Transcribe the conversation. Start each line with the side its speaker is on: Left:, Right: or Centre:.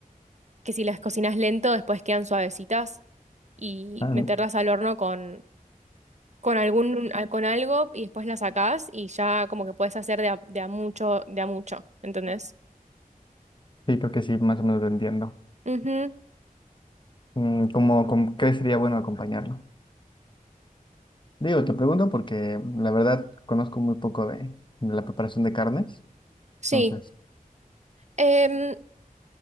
Right: que si las cocinas lento después quedan suavecitas y
Left: Ah,
Right: meterlas
Left: n-
Right: al horno con, con algún, al- con algo y después las sacás y ya como que puedes hacer de a, de a mucho, de a mucho, ¿entendés?
Left: sí, creo que sí, más o menos lo entiendo.
Right: Ujú,
Left: Mm, ¿Cómo, cómo- qué sería bueno acompañarlo? Digo, te pregunto porque la verdad conozco muy poco de, de la preparación de carnes,
Right: Sí.
Left: entonces,
Right: Em,